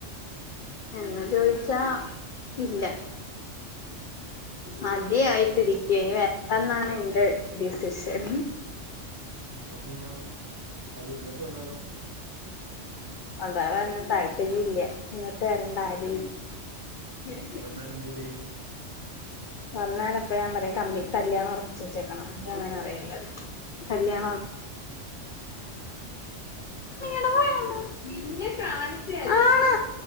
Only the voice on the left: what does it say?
എന്ന് ചോദിച്ചാ ഇല്ല. മതിയായ് സ്ഥിതിക്ക്
<unintelligible> ന്നാണ് എന്റെ ഡിസിഷൻ.
അതാ പർഞ്ഞെ താല്പര്യല്ല. ഇങ്ങട്ട് വരണ്ട ആര <unintelligible>
വന്നാലപ്പ ഞാൻ പറിം, കമ്മി കല്യാണം ഒറപ്പിച്ച് വെച്ചേക്ക്ണാന്ന് ഇനി അങ്ങനെ പറയും <unintelligible> കല്യാണോ <unintelligible> നിന്നെ കാണിച്ചെ ആണൊ